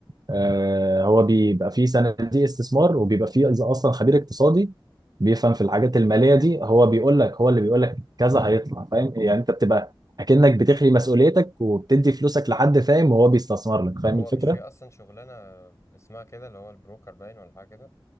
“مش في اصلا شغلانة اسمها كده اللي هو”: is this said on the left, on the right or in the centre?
Left